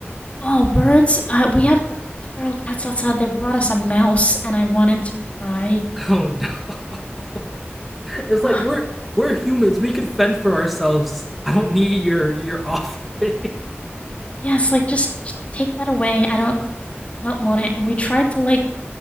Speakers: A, on the left (about 30°); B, in the centre.
A: Oh, birds! Uh, we have the, the feral cats outside. They brought us a mouse, and I wanted to cry.
B: Oh no. <laughs> It's like
A: Ugh,
B: we're we're humans. We can fend for ourselves. I don't need your your offering. <laughs>
A: Yes, like just, just take that away. I don't I don't want it. And we tried to like